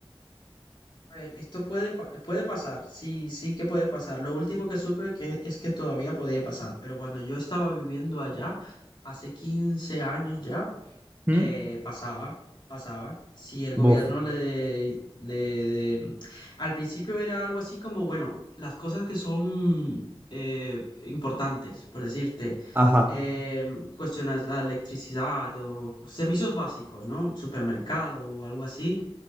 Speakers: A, on the left (about 55°); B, on the right (about 20°).
A: A ver, esto puede, pa- puede pasar, sí, sí que puede pasar. Lo último que supe que es que todavía podía pasar, pero cuando yo estaba viviendo allá, hace 15 años ya,
B: ¿Mm?
A: Eh, pasaba, pasaba. Si el gobierno
B: Buf.
A: le, le... mm, Al principio era algo así como, bueno, las cosas que son eh, importantes, por decirte,
B: Ajá.
A: eh, cuestiones la electricidad o cu- servicios básicos, ¿no? Supermercado o algo así,